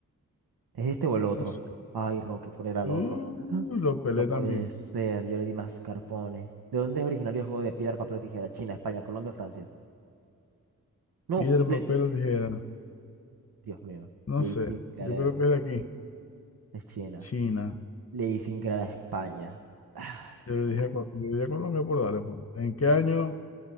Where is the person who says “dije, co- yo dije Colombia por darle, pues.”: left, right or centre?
Left